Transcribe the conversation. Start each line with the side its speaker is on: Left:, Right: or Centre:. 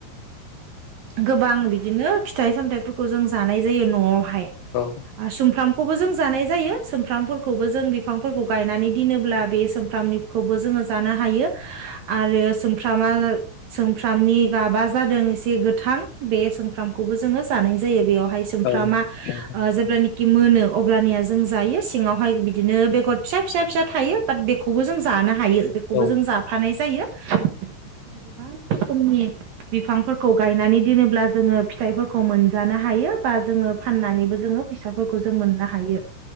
Right: गोबां बिदिनो फिथाइ सामथायाइफोरखौ जों जानाय जायो न'आवहाय।
Left: औ
Right: आ सुमफ्रामखौबो जों। जानाय जायो सोमफ्रामफोरखौबो जों बिफांफोरखौ गायनानै दोनोब्ला बे सोमफ्रामनिखौबो जोङो जा। हायो आरो सुमफ्रामा सुमफ्रामनि गाबा जादों एसे गोथां बे सोंफ्रामखौबो जोङो जानाय जायो बेयावहाय सोंफ्रामा।
Left: औ
Right: ओ जेब्लानाखि मोनो अब्लानिया जों जायो सिङावहाय बिदिनो बेगर फिसा फिसा फिसा थायो बाट। बेखौबो जों जाना। हायो बेखौबो
Left: औ
Right: जों जाफानाय जायो बे गोबां रोखोमनि। बिफांफोरखौ गायनानै दोनोब्ला जोङो फिथाइफोरखौ मोनजानो हायो बा जोङो फाननानैबो जोङो। फैसाफोरखौ जों मोननो हायो।